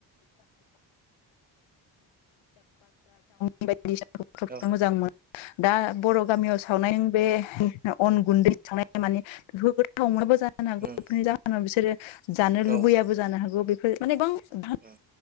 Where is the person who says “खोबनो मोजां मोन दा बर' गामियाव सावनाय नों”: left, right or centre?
Left